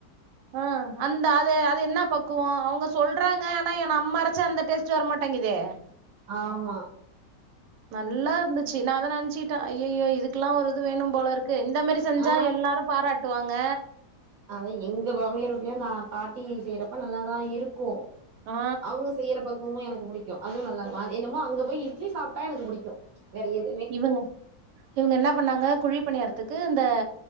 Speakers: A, on the right; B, on the right.
A: ஆ அந்த அது அது என்ன பக்குவோ அவங்க சொல்றாங்க ஆனா என் நம்ம அரைச்சா அந்த டேஸ்ட் டு வர மாட்டேங்குதே
B: ஆமா
A: நல்லாருந்த சி நா அதா நெனச்சிட்டே அய்யோ இதுக்கெல்லா ஒரு இது வேணு போல இருக்கு இந்த மாரி செஞ்சா
B: ஆ
A: எல்லாரு பாராட் டுவாங்க
B: அத எங்க மாமியார் வீட்லயு தா பாட்டி செய்யறப்ப நல்லாதா இருக்கு
A: ஆ
B: அவங்க செய்யற பக்கவமு எனக்கு புடிக் க்கு அதுவு நல்லா இருக்கு என்னமோ அங்க போய் இட்லி சாப்ட்டா எனக்கு புடிக்கு வேற எது
A: இவங்க இவங்க என்ன பண்ணாங்க குழி பணியாறத்துக்கு இந்த